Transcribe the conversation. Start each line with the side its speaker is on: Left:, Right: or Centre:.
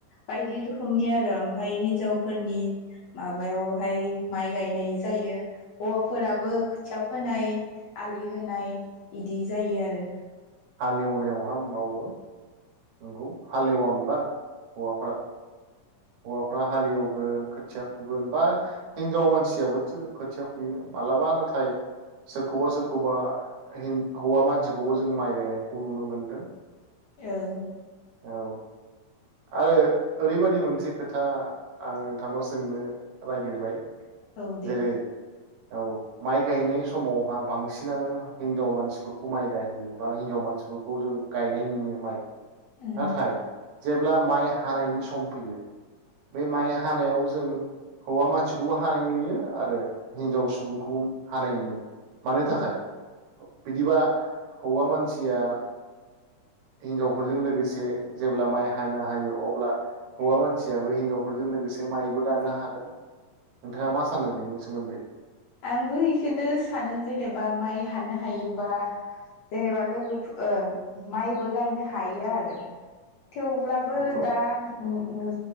Left: बायदि रोखोमनि आरो ओमफाय हिनजावफोरनि माबायावहाय माइ गायनाय जायो हौवाफोराबो खोथिया फोनाय आलि होनाय इदि जायो आरो
Right: हालेवनायावहा मावो। नोंंगौ। हालेवा होमबा? हौवाफोरा हौवाफ्रा हालेवगोन खोथिया फुगोन बा हिनजाव मानसियाबोथो खोथिया फुयो। मालाबा नाथाय सोरखौबा सोरखौबा हिन हौवा मानसिखौबो जों माइ गायनायखौ नुनो मोन्दों।
Left: औ औ
Right: औ। आरो ओरैबायदि मोनसे खोथा आं नोंथांनाव सोंनो नागिरबाय
Left: औ दे।
Right: जेरै औ माइ गायनाय समावहा बांसिनानो हिनजाव मानसिफोरखौ माइ गायहोयो बा हिनजाव मानसिफोरखौ जों गायनाय नुयो माइ।
Left: उम
Right: नाथाइ जेब्ला माइ हानायनि सम फैयो बे माइ हानायाव जों हौवा मानसिखौबो हानाय नुयो आरो हिनजाव सुबुंखौबो हानाय नुयो। मानि
Left: औ
Right: थाखाय। बिदिबा हौवा मानसिया हिनजावफोरजों लोगोसे जेब्ला माइ बाहायनो हायो अब्ला हौवा मानसियाबो हिनजावफोरजों लोगोसे माइबो गानो हागोन नोंथाङा मा सानो बेनि सोमोन्दै?
Left: आंबो बेखौनो सानो जेनेबा माइ हानो हायोबा जेनेबा लोगोफोर माइबो गायनो हायो आरो। थेवब्लाबो
Right: नंगौ
Left: दा नु नु